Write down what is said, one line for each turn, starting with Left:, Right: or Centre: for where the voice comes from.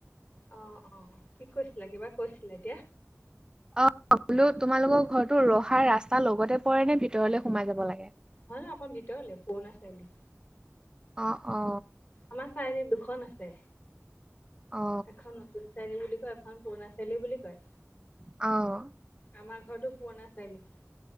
Left: অ, অ', কি কৈছিলা, কিবা কৈছিলা এতিয়া?
Right: অ' বোলো তোমালোকৰ ঘৰটো ৰহাৰ ৰাস্তা লগতে পৰে নে, ভিতৰলে সোমাই যাব লাগে।
Left: নহয়, অকণ ভিতৰলে পুৰণা চাৰআ
Right: অ, অ'।
Left: আমাৰ চাৰআলিত দুখন আছে,
Right: অ
Left: এখন চাই বুলি কয়, এখন পুৰণা চাৰিআলি বুলি কয়।
Right: অ'।
Left: আমাৰ ঘৰৰটো পুৰণা চাৰিআলি।